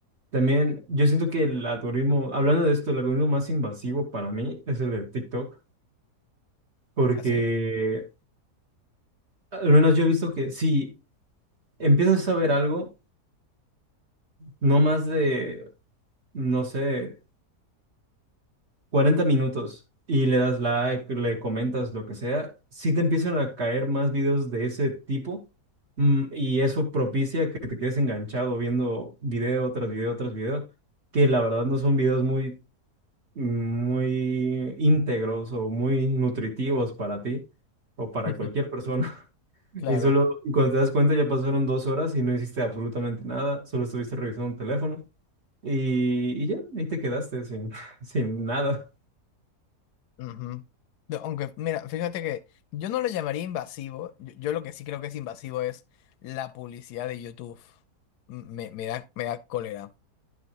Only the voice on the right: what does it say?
También yo siento que el algoritmo, hablando de esto, el algoritmo más invasivo para mí es el de TikTok, porque
al menos yo he visto que si empiezas a ver algo, no más de no sé, cuarenta minutos y le das like, le comentas lo que sea, sí te empiezan a caer más videos de ese tipo mm, y eso propicia que te quedes enganchado viendo video tras video tras video, que la verdad no son videos muy, muy íntegros o muy nutritivos para ti. o para
cualquier persona. <laughs>
Y solo, y cuando te das cuenta ya pasaron dos horas y no hiciste absolutamente nada, solo estuviste revisando un teléfono y, y ya, ahí te quedaste sin, <laughs> sin nada.